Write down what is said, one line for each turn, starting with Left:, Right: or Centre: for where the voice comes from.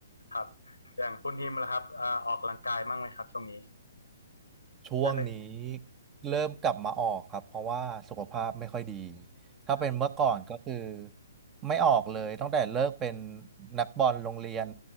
Left: ครับอย่างคุณฮิมล่ะครับเอ่อออกกำลังกายบ้างไหมครับช่วงนี้
Right: ช่วงนี้
Left: ได้ไป
Right: เริ่มกลับมาออกครับเพราะว่าสุขภาพไม่ค่อยดีถ้าเป็นเมื่อก่อนก็คือ
Left: ครับ
Right: ไม่ออกเลยตั้งแต่เลิกเป็นนักบอลโรงเรียน